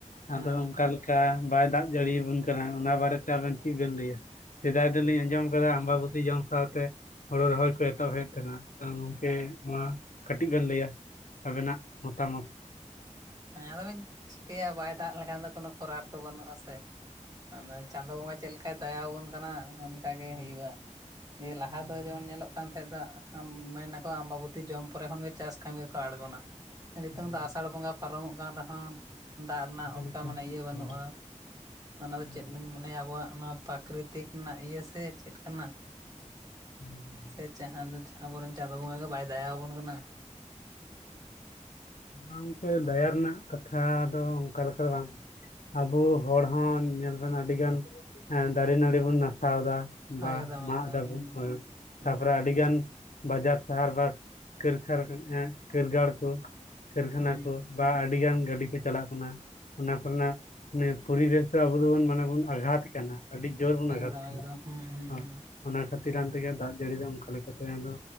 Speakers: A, on the left; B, on the right.
A: ᱟᱫᱚ
B: ᱦᱮᱸ
A: ᱚᱝᱠᱟ ᱞᱮᱠᱟ ᱵᱟᱭ ᱫᱟᱜ ᱡᱟᱹᱲᱤᱭᱟᱵᱚᱱ ᱠᱟᱱᱟ ᱚᱱᱟ ᱵᱟᱨᱮᱛᱮ ᱟᱵᱮᱱ ᱪᱮᱫ ᱵᱮᱱ ᱞᱟᱹᱭᱟ᱾ ᱥᱮᱫᱟᱭ ᱫᱚᱞᱤᱧ ᱟᱸᱡᱚᱢ ᱟᱠᱟᱫᱟ ᱟᱢᱵᱟᱵᱩᱛᱤ ᱡᱚᱢ ᱥᱟᱶᱛᱮ ᱦᱳᱲᱳ ᱨᱚᱦᱚᱭ ᱠᱚ ᱮᱛᱚᱦᱚᱵ ᱠᱟᱱᱟ ᱟᱫᱚ ᱜᱚᱝᱠᱮ
B: ᱦᱮᱸ
A: ᱱᱚᱣᱟ ᱠᱟᱹᱴᱤᱡ ᱵᱮᱱ ᱞᱟᱹᱭᱟ ᱟᱵᱮᱱᱟᱜ ᱢᱚᱛᱟᱢᱚᱛ᱾
B: ᱦᱮᱸ ᱟᱫᱚ ᱵᱤᱧ ᱪᱤᱠᱟᱹᱭᱟ ᱵᱟᱭ ᱫᱟᱜ ᱞᱮᱠᱷᱟᱱ ᱫᱚ ᱠᱚᱱᱳ ᱠᱚᱨᱟᱨ ᱛᱚ ᱵᱟᱹᱱᱩᱜᱼᱟ ᱥᱮ᱾ ᱟᱫᱚ ᱪᱟᱸᱫᱳ ᱵᱚᱸᱜᱟ ᱪᱮᱜ ᱞᱮᱠᱟᱭ ᱫᱟᱭᱟ ᱟᱵᱚᱱ ᱠᱟᱱᱟ ᱟᱝ ᱠᱟ ᱜᱮ
A: ᱦᱩᱸ
B: ᱦᱩᱭᱩᱜᱼᱟ ᱱᱤᱭᱟᱹ ᱞᱟᱦᱟ
A: ᱦᱩᱸ
B: ᱫᱚ ᱡᱮᱢᱚᱱ ᱧᱮᱞᱚᱜ ᱠᱟᱱ ᱛᱟᱦᱮᱸᱜ ᱫᱚ ᱟᱢ ᱢᱮᱱᱟᱠᱚ ᱟᱢᱵᱟᱵᱚᱛᱤ ᱡᱚᱢ ᱯᱚᱨᱮ ᱠᱷᱚᱱᱜᱮ ᱪᱟᱥ ᱠᱟᱹᱢᱤ ᱨᱮᱠᱚ ᱟᱬᱜᱚᱱᱟ᱾ ᱱᱤᱛᱚᱝ
A: ᱦᱩᱸ
B: ᱫᱚ ᱟᱥᱟᱲ ᱵᱚᱸᱜᱟ ᱯᱟᱨᱚᱢᱚᱜ ᱠᱟᱱ ᱨᱮᱦᱚᱸ ᱫᱟᱜ ᱨᱮᱱᱟᱜ ᱚᱱᱠᱟ
A: ᱞᱮᱠᱟ
B: ᱢᱟᱱᱮ ᱤᱭᱟᱹ ᱵᱟᱹᱱᱩᱜᱼᱟ
A: ᱦᱩᱸ
B: ᱚᱱᱟ ᱫᱚ
A: ᱦᱩᱸ
B: ᱪᱮᱫ ᱵᱮᱱ ᱢᱚᱱᱮᱭᱟ ᱟᱵᱚᱣᱟᱜ ᱚᱱᱟ ᱯᱟᱠᱨᱤᱛᱤᱜ ᱨᱮᱱᱟᱜ ᱤᱭᱟᱹ ᱥᱮ ᱪᱮᱫ ᱠᱟᱱᱟ?
A: ᱦᱳᱭ ᱜᱚᱢᱠᱮ
B: ᱥᱮ ᱡᱟᱦᱟᱸ ᱫᱚ <unintelligible> ᱟᱵᱚᱨᱮᱱ ᱪᱟᱸᱫ ᱵᱚᱸᱜᱟ ᱜᱮ ᱵᱟᱭ ᱫᱟᱭᱟ ᱟᱵᱚᱱ ᱠᱟᱱᱟ᱾
A: ᱜᱚᱢᱠᱮ ᱫᱟᱭᱟ ᱨᱮᱱᱟᱜ ᱠᱟᱛᱷᱟ ᱫᱚ ᱚᱱᱠᱟ ᱞᱮᱠᱟ ᱫᱚ ᱵᱟᱝ <unintelligible> ᱟᱵᱩ ᱦᱚᱲ ᱦᱚᱸ ᱧᱮᱞ ᱵᱮᱱ ᱟᱹᱰᱤ ᱜᱟᱱ <unintelligible> ᱫᱟᱨᱮ ᱱᱟᱹᱲᱤ ᱵᱩᱱ ᱱᱟᱥᱟᱣ ᱮᱫᱟ ᱵᱟ
B: ᱮᱠᱫᱚᱢ
A: ᱢᱟᱜ
B: ᱮᱠᱫᱚᱢ
A: ᱫᱟᱵᱚᱱ
B: ᱦᱩᱸ
A: ᱦᱮᱸ
B: ᱦᱩᱸ
A: ᱛᱟᱯᱚᱨᱮ ᱟᱹᱰᱤ ᱜᱟᱱ <inaudible> ᱵᱟᱡᱟᱨ ᱥᱟᱦᱟᱨ ᱵᱟ ᱠᱟᱹᱨᱤᱠᱷᱟᱨ <unintelligible> ᱠᱟᱹᱨᱤᱜᱟᱲ ᱠᱩ ᱠᱟᱹᱨᱠᱷᱟᱱᱟ
B: ᱦᱩᱸ
A: ᱠᱚ ᱵᱟ ᱟᱹᱰᱤ ᱜᱟᱱ ᱜᱟᱹᱰᱤ ᱠᱚ ᱪᱟᱞᱟᱜ ᱠᱟᱱᱟ ᱚᱱᱟ ᱠᱚᱨᱮᱱᱟᱜ ᱢᱟᱱᱮ ᱯᱚᱨᱤᱵᱮᱥ ᱫᱚ ᱟᱵᱚ ᱫᱚᱵᱚᱱ ᱢᱟᱱᱮ ᱵᱚᱱ ᱟᱜᱷᱟᱛ ᱟᱹᱰᱤ ᱡᱳᱨ ᱵᱚ ᱟᱜᱷᱛ
B: ᱮᱠᱫᱚᱢ
A: ᱠᱟᱱᱟ
B: ᱮᱠᱫᱚᱢ ᱦᱩᱸ ᱦᱩᱸ
A: ᱦᱮᱸ
B: ᱦᱩᱸ
A: ᱚᱱᱟ ᱠᱷᱟᱹᱛᱤᱨᱟᱱ ᱛᱮᱜᱮ ᱫᱟᱜ ᱡᱟᱹᱲᱤ ᱫᱚ ᱚᱱᱠᱟ ᱞᱮᱠᱟᱛᱮ ᱟᱫᱚ